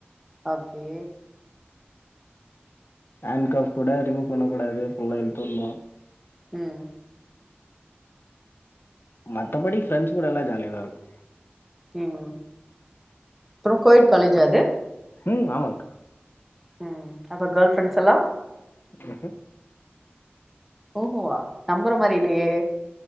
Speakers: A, in the centre; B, on the left.
A: ஓகே
B: ஹேண்ட் கஃப் கூட ரிமூவ் பண்ணக்கூடாது ஃபுல்லா இழுத்து விட்ணு
A: உம்
B: மத்தபடி ஃப்ரெண்ஸ் கூட எல்லா ஜாலியாக தா இருக்கு
A: உம் அப்றோ கோயட் காலேஜ்ஜா அது
B: உம் ஆமாங்க்கா
A: உம் அப்ப கேர்ள் ஃப்ரெண்ட்ஸ் எல்லா
B: ம்ஹ்ம்
A: ஓஹோவா நம்புற மாரி இல்லையே